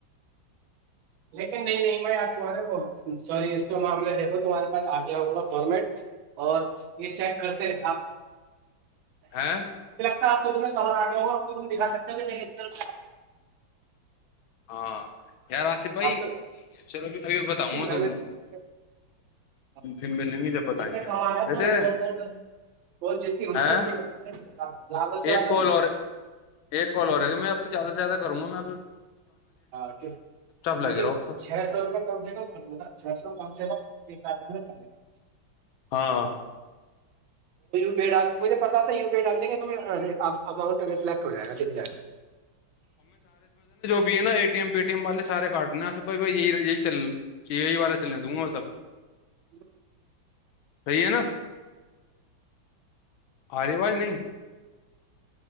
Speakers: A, on the right; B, on the left.
A: لیکن نہیں نہیں بھائی آپ تمہارے وہ سوری اس پ معاملہ دیکھو تمہارے پاس آ گیا ہوگا فارمیٹ اور یہ چیک کرتے رہ آپ
B: ہاں
A: آپ تو تمہیں سان آگے ہوا اب تو تم دکھا سکتے ہو کہ دیک ہے
B: ہاں یار آصف بھائی
A: اب تو
B: چلو ابھی بتاؤں
A: تم گھر
B: گا
A: میں دکھا سکتے ہو
B: مل گی جب بتائیں
A: اس سے
B: گے
A: کمانا
B: ویسے
A: تو کال کال کر کال جتنی ہو
B: ہ
A: سکے اتنی کر لینا زیادہ سے
B: ایک
A: زیادہ
B: کال اور ایک کال اور گ میں اب تو زیادہ سے زیادہ کروں گا میں آ
A: ہاں تو کیونکہ
B: لگے رہو اب تو
A: چھ سو روپئے کم سے کم چھ سو کم سے کم یہ کاج جوا کرنے گا
B: ہاں
A: پ ڈ مجھے پتا تھا یو پی ڈالے گ اماؤنٹ ریفٹ ہو جائے گا لکھ جائے گا
B: A T M Paytm والے سے کاٹنے ہیںے بھائی یہی یہی چل یہی والارہ چلنے د گا سب
A: ج
B: صحیح ہے نا آرےوج نہیں